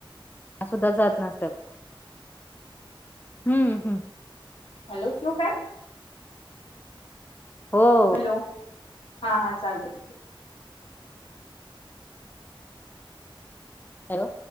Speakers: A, on the left; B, on the left.
A: सुद्धा जात नसेल. हम्म हम्म.
B: हॅलो. ठेवू काय?
A: हो.
B: हॅलो. हा हा चालते.
A: हॅलो.